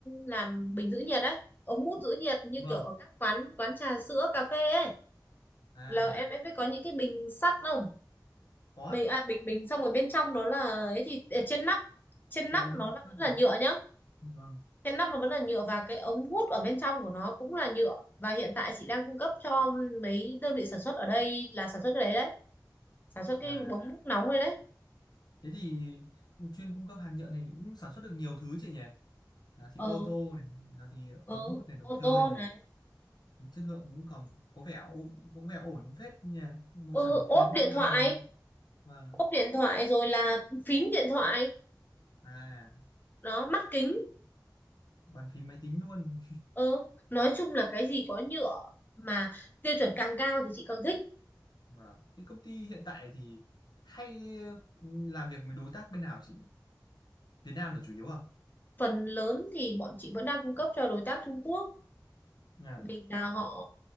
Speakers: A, on the left; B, on the left.
A: làm bình giữ nhiệt đấy ống hút giữ nhiệt như
B: Vâng.
A: kiểu ở các quán quán trà sữa cà phê ấy
B: À
A: là em em biết có những cái bình sắt không
B: có ạ.
A: bình à, bình bình xong rồi bên trong nó là ấy thì ở trên nắp trên nắp
B: có ống
A: nó
B: hút
A: là vẫn
B: các
A: là
B: kiểu
A: nhựa nhá
B: vâng
A: Cái nắp nó vẫn là nhựa và cái ống hút ở bên trong của nó cũng là nhựa và hiện tại chị đang cung cấp cho mấy đơn vị sản xuất ở đây là sản xuất cái đấy đấy sản xuất cái
B: và
A: bóng hút nóng đấy đấy
B: thế thì chuyên cung cấp hàng nhựa này cũng sản xuất được nhiều thứ chị nhỉ là thì
A: ừ
B: ô tô này là thì
A: ừ
B: ống hút này đồ
A: ô
B: chơi
A: tô
B: này
A: này
B: chất lượng cũng còn có vẻ ổ- có vẻ ổn phết nhỉ một
A: ừ
B: sản phẩm
A: ốp
B: tiềm năng
A: điện thoại
B: này và
A: ốp điện thoại rồi là phím điện thoại
B: à
A: nó mắt kính
B: bàn phím máy tính luôn
A: ừ nói chung là cái gì có nhựa mà tiêu chuẩn càng cao thì chị càng thích
B: và cái công ty hiện tại thì hay ừ, làm việc với đối tác bên nào chị nhỉ Việt Nam là chủ yếu à
A: phần lớn thì bọn chị vẫn đang cung cấp cho đối tác Trung Quốc
B: à
A: vì là họ